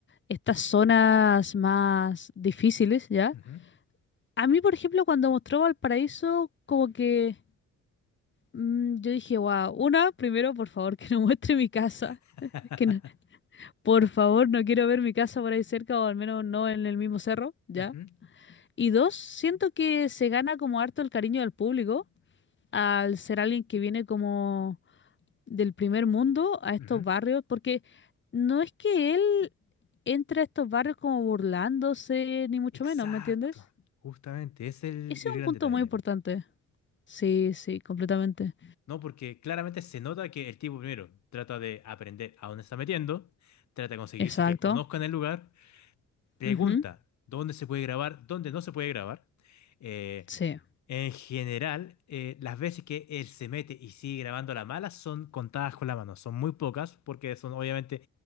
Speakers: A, on the left; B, on the left.
A: estas zonas más difíciles, ¿ya?
B: Ujú.
A: A mí, por ejemplo, cuando mostró Valparaíso, como que mm, yo dije, wow, una, primero, por favor, que no muestre mi casa,
B: <laughs>
A: que no- por favor, no quiero ver mi casa por ahí cerca o al menos no en el mismo cerro, ¿ya?
B: Ujú,
A: Y dos, siento que se gana como harto el cariño del público al ser alguien que viene como del primer mundo a estos
B: ujú.
A: barrios, porque no es que él entre a estos barrios como burlándose, ni mucho
B: Exacto,
A: menos, ¿me entiendes?
B: justamente, ese es el,
A: Ese
B: el
A: es
B: gran
A: un punto
B: detalle.
A: muy importante. Sí, sí, completamente.
B: No, porque claramente se nota que el tipo primero trata de aprender a dónde está metiendo, trata de conseguirse
A: Exacto.
B: que conozcan el lugar Pregunta,
A: Ujú.
B: ¿dónde se puede grabar? ¿Dónde no se puede grabar? Eh,
A: Sí.
B: en general, eh, las veces que él se mete y sigue grabando a la mala son contadas con la mano, son muy pocas porque son obviamente